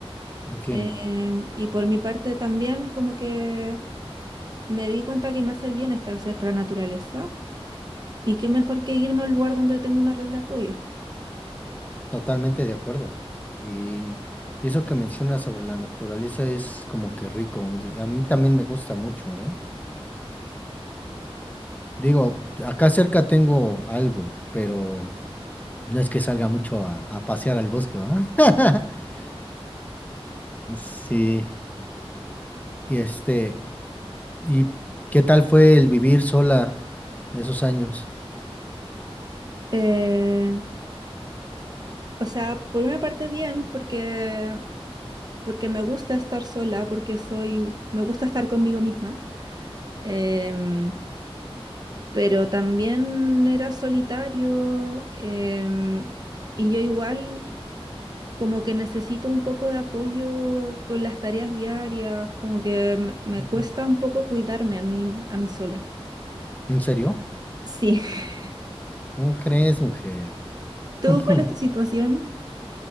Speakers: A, on the left; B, on the right.
A: Entiendo.
B: Em, y por mi parte también como que me di cuenta que me hace bien estar cerca de la naturaleza y qué mejor que irme a un lugar donde tengo una red de apoyo.
A: Totalmente de acuerdo. Y, y eso que mencionas sobre la naturaleza es como que rico. A mí también me gusta mucho, ¿eh? Digo, acá cerca tengo algo, pero no es que salga mucho a, a pasear al bosque, ¿verdad? <laughs> Sí. Y este, ¿y qué tal fue el vivir sola esos años?
B: Eh, o sea, por una parte bien porque, porque me gusta estar sola, porque soy, me gusta estar conmigo misma, em, pero también era solitario em, y yo igual como que necesito un poco de apoyo con las tareas diarias, como que me, me
A: Ujú.
B: cuesta un poco cuidarme a mí, a mí sola.
A: ¿En serio?
B: Sí. <laughs>
A: ¿Cómo crees, mujer?
B: ¿Tú
A: <laughs>
B: cuál es tu situación?